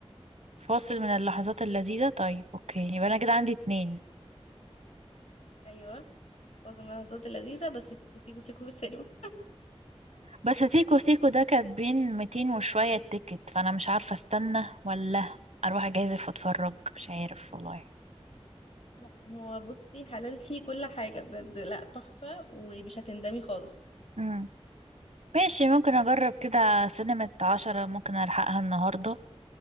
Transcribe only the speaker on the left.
أيوة فاصل من اللحظات اللذيذة بس وسيكو سيكو في السينما
لا هو بصي حلال فيه كل حاجة بجد لا تحفة ومش هتندمي خالص